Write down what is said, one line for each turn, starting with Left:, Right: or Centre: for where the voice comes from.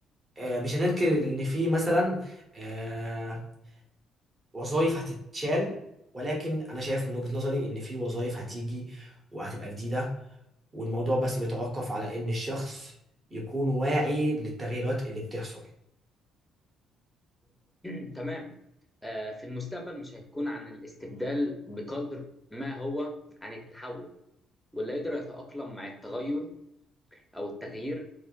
Right: آه مش هننكر إن في مثلا آه، وظائف هتتشال ولكن انا شايف من وجهة نظري ان في وظائف هتيجي وهتبقى جديدة والموضوع بس بيتوقف على ان الشخص يكون واعي للتغييرات اللي بتحصل
Centre: <clears throat> تمام آه، في المستقبل مش هيكون عن الاستبدال بقدر ما هو عن التحول واللي يقدر يتأقلم مع التغير أو التغيير